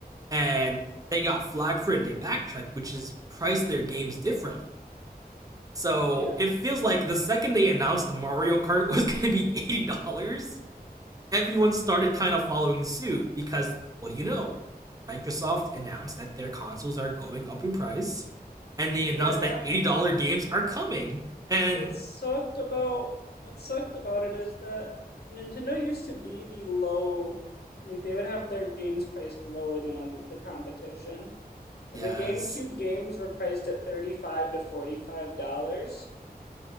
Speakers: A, on the right (about 20°); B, on the left (about 75°).
A: and they got flack for it and they backtracked, which is price their games differently. So
B: Yeah.
A: it feels like the second they announced the Mario Kart <laughs> was gonna be eighty dollars, everyone started kind of following suit because what do you know? Microsoft announced that their consoles are going up in price, and they
B: Yeah.
A: announced that eighty dollar games are coming. And
B: what sucked about what sucked about it is that Nintendo used to be the low like they would have their games priced lower than other, the competition. The
A: yes,
B: GameCube games were priced at 35 to 45 dollars